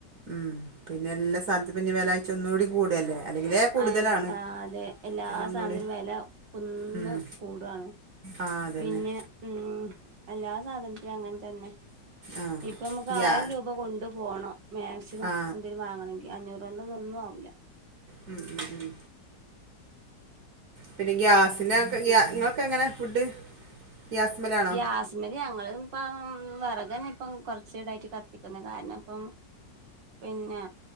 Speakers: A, on the right; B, on the right.
A: ഉം പിന്നെ എല്ലാ സാധത്ത് പിന്നെ വ്യലാഴ്ച ഒന്നു കൂടി കൂടല്ലേ അല്ലെങ്കിലേ കൂടുതലാണ്
B: ആ ആ അതെ എല്ലാ
A: പിന്നെ ഒന്നുകൂടി
B: സാ ധനത്തിയും വില ഒന്ന്
A: ഉം
B: കൂടാണ്
A: ആ അതന്നെ
B: പിന്നെ ഉം എല്ലാ സാധനത്തിനും അങ്ങനെ തന്നെ
A: ആ
B: ഇപ്പൊമുക്ക്
A: ഗ്യാ
B: ആയിരം രൂപ കൊണ്ട് പോണം മാക്സിമം
A: ആ
B: എന്തെങ്കലും വാങ്ങണെങ്കിൽ അഞ്ഞൂറോണ്ടൊന്നും ഒന്നും ആ ആവൂല
A: മ് മ് പിന്നെ ഗ്യാസിന്റാക്കെ
B: പി
A: ഗ്യാ ഇങ്ങളോക്കെ എങ്ങനെ ഫുഡ് ഗ്യാസ്മലാണോ
B: ഗ്യാസ്മില് ഞങ്ങള് ഇപ്പോ വെറകനപ്പം കൊറച്ചിടായിട്ട് കത്തിക്കുന്നു കാരണപ്പം പിന്നെ